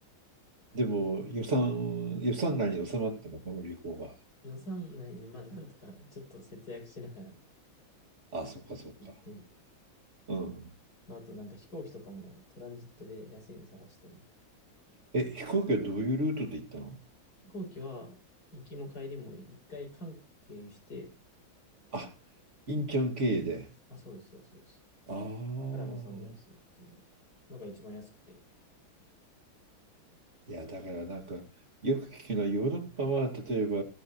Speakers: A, on the right; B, on the left.
A: でも、予算、予算内に収まったの、この旅行は。
B: 予算内に、まあ、なんとか、<laughs> ちょっと節約しながら
A: あ、そうか、そうか。
B: 行って、
A: うん。
B: まあ、あとなんか飛行機とかもトランジットで安いの探して、みたいな。
A: え、飛行機はどういうルートで行ったの
B: 飛行機は、行きも帰りも一回韓国経由して、
A: あ、インチョン経由で。
B: あ、そうです、そうです、そうです。
A: ああ。
B: からロサンゼルスっていうのが一番安くて。
A: いや、だからなんか、よく聞くのはヨーロッパは、例えば、